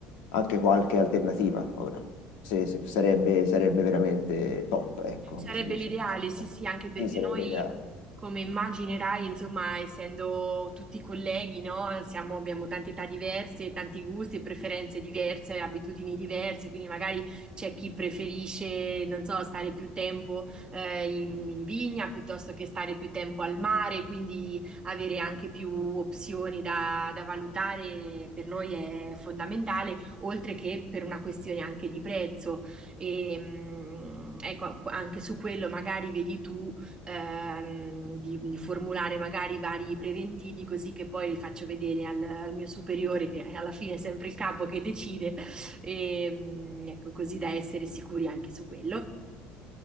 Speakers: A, on the left; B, on the right.
A: anche qualche alternativa ora. Se, se- sarebbe, sarebbe veramente top, ecco,
B: Sarebbe
A: come si dice.
B: l'ideale, sì, sì, anche perché
A: Sì, sarebbe
B: noi,
A: ideale.
B: come immaginerai, insomma, essendo tutti colleghi, no? Siamo- abbiamo tante età diverse, tanti gusti e preferenze diverse, abitudini diverse, quindi magari c'è chi preferisce, non so, stare più tempo eh, in, in vigna piuttosto che stare più tempo al mare, quindi avere anche più opzioni da, da valutare per noi è fondamentale, oltre che per una questione anche di prezzo e, mh, ecco, anche su quello magari vedi tu ehm, di, di formulare magari vari preventivi così che poi li faccio vedere al, al mio superiore, che alla fine è sempre il capo che decide, e, mh, ecco, così da essere sicuri anche su quello.